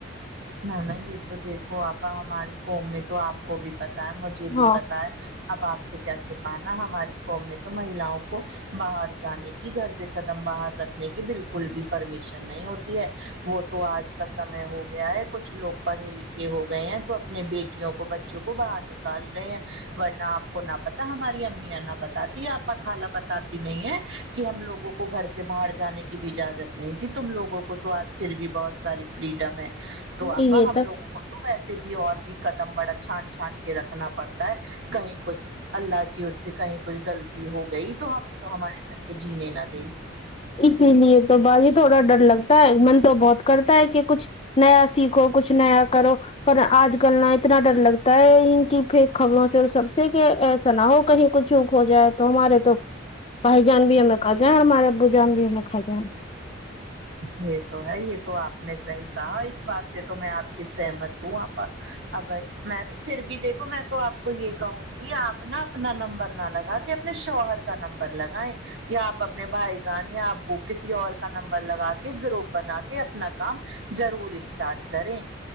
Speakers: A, on the right; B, on the left.
A: نہ نہ یہ تو دیکھو آپا ہماری قوم میں تو آپ کو بھی پتا ہے مجھ یہ بھی
B: ہاں
A: پتا ہے اب آپ سے کیا چھپانا ہماری قوم میں تو مہیلؤں کو باہر جانے کی گھر سے قدم باہر رکھنے کی بالکل بھی پرمیشن نہیں ہوتی ہے وہ تو آج کا سمے ہوگا کچھ لوگ پڑھے لکھے ہو گئے ہیں تو اپنے بیٹیوں کو بچوں کو باہر نکال رہے ہیں ورنہ آپ کو نہ پتا ہماری امیاں نہ بتاتی اپا خالا بتاتی نہیں ہے کہ ہم لوگوں کو کو گھر سے باہر جانے کی بھی اجازت نہیں تھی تم لوگوں کو تو آج پھر بھی بہت ساری فریڈم ہے تو آپا
B: یہ
A: ہم
B: تو
A: لوگوں کو ویسے بھی اور بھی قدم بڑا چھان چھان کے رکھنا پڑتا ہے کہیں کچھ اللہ کی اس سے کہیں کچھ غلطی ہو گئی تو ہمیں تو ہمارے گھر کے جینے نہ دے
B: اسی لیے تو باجی تھوڑا ڈر لگتا ہے من تو بہت کرتا ہے کہ کچھ نیا سیکھو کچھ نیا کرو پر آج کل اتنا ڈر لگتا ہے کہ پھر خبروں سے سب سے ایسا نہ ہو کہیں کچھ چوک ہو جائے تو ہمارے تو بھائی جان بھی ہمیں کھا جائے ہمارے ابو جان بھی ہمیں کھا جائے
A: یہ تو ہے یہ تو آپ نے صحیح کہا اس بات سے تو میں آپ کی سہمت ہوں آپا ابھائی میں تو پھر بھی دیکھو میں تو آپ کو یہ کہوں گی آپ نا اپنا نمبر نہ لگا اپنے شوہر کا نمبر لگائیں یا آپ اپنے بھائی جان یا آپ ابو کسی اور کا نمبر لگا کے گروپ بنا کے اپنا کام ضرور اسٹارٹ کریں